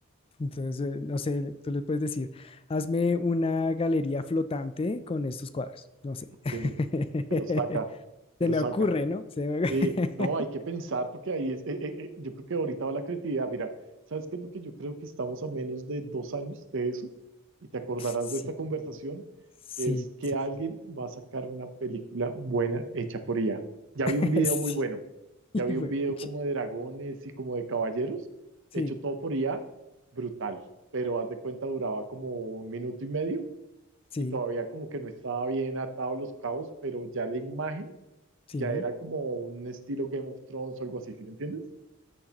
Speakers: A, on the left; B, on the right.
A: Entonces, eh, no sé, tú le puedes decir, hazme una galería flotante con estos cuadros. No sé.
B: Ok,
A: <laughs>
B: te lo saca, te
A: Se
B: lo
A: me
B: saca.
A: ocurre, ¿no? Se me- <laughs>
B: Sí, no, hay que pensar porque ahí es, eh, eh, eh, yo creo que ahorita va la creatividad. Mira, ¿sabes qué es lo que yo creo que estamos a menos de dos años de eso? Y te acordarás
A: Sí,
B: de esta conversación,
A: sí,
B: es que
A: sí,
B: alguien
A: sí.
B: va a sacar una película buena hecha por IA. Ya
A: <laughs>
B: vi un video
A: Sí,
B: muy bueno, ya
A: y
B: vi
A: fue,
B: un video
A: pucha.
B: como de dragones y como de caballeros,
A: Sí,
B: hecho todo por IA, brutal, pero haz de cuenta duraba como un minuto y medio
A: sí,
B: y todavía como que no estaba bien atado los cabos, pero ya la imagen
A: sí.
B: ya era como un estilo Game of Thrones o algo así, ¿sí me entiendes?